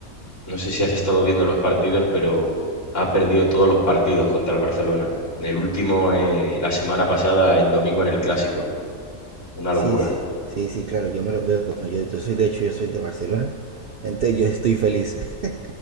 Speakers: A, on the left; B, on the right.
A: no sé si has estado viendo los partidos, pero ha perdido todos los partidos contra el Barcelona. El último, eh, la semana pasada, el domingo en el Clásico. Una
B: Sí,
A: locura.
B: sí, sí, sí, claro, yo me los veo. Bueno, yo, yo soy, de hecho, yo soy de Barcelona. Entonces yo estoy feliz. <laughs>